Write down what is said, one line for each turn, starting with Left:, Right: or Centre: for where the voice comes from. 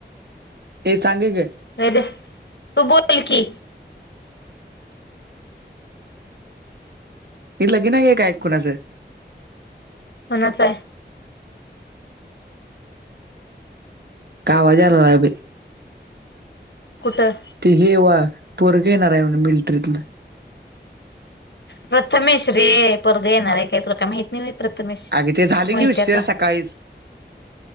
Right: ए सांग की ग
Left: अरे तू बोल की.
Right: तिथं लगीन आहे काय कुणाचं?
Left: कोणाच आहे?
Right: काय आवाज यालालाय बाई.
Left: कुठं?
Right: ते हे वा पोरगं येणार आहे म्हण मिलट्रीतलं.
Left: प्रथमेश रे पोरगं येणार आहे काय तुला काय माहित नाही व्हय प्रथमेश
Right: अगे ते झाले
Left: मोहित्याचा
Right: की उशीर सकाळीच